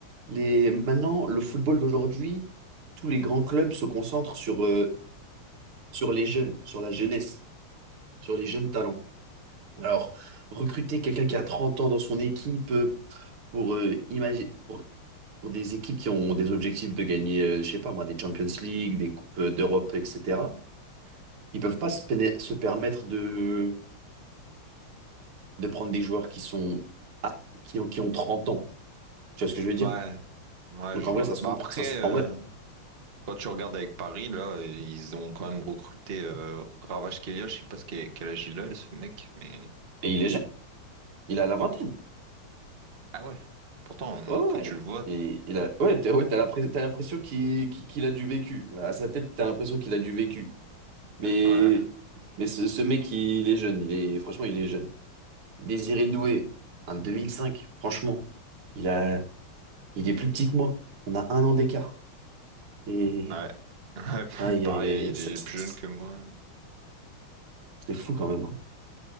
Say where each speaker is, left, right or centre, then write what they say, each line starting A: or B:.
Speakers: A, on the right; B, on the right.
A: les maintenant le football d'aujourd'hui, tous les grands clubs se concentrent sur euh, sur les jeunes, sur la jeunesse, sur les jeunes talents. Alors, recruter quelqu'un qui a 30 ans dans son équipe euh, pour euh, imagi- pour, pour des équipes qui ont des objectifs de gagner euh, je sais pas moi des Champions League, des coupes euh, d'Europe, etc. Ils peuvent pas se, péné- se permettre de de prendre des joueurs qui sont ah, qui ont, qui ont 30 ans. Tu vois ce que je veux dire?
B: ouais, ouais,
A: Donc
B: je
A: en vrai,
B: vois.
A: ça se
B: Bah
A: comprend.
B: après,
A: Ça se-
B: euh,
A: en vrai,
B: quand tu regardes avec Paris, là, ils ont quand même recruté euh, Ravage Kelia. Je sais pas ce qu'est- quel âge il a, ce mec, mais
A: et il est jeune, il a la vingtaine.
B: ah ouais. Pourtant,
A: Ouais, ouais.
B: quand tu le vois,
A: Et il a, ouais, t'as ouais, t'as l'impré- t'as l'impression qu'il qu'il- qu'il a du vécu. Bah, À sa tête, t'as l'impression qu'il a du vécu. Mais,
B: ouais.
A: mais ce, ce mec, il est jeune. Il est, franchement, il est jeune. Désiré Doué, un 2005 franchement. Il a, il est plus petit que moi. On a un an d'écart. Et
B: Ouais. Ouais,
A: aïe,
B: <laughs> pareil,
A: aïe, aïe,
B: il
A: ça-
B: est
A: ça-
B: plus jeune que moi.
A: c'est fou quand même. hein.